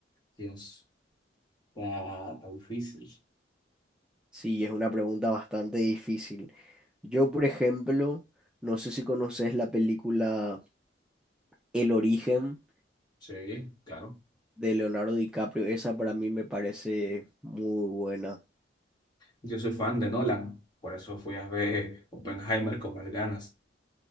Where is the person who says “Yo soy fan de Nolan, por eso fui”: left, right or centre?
Left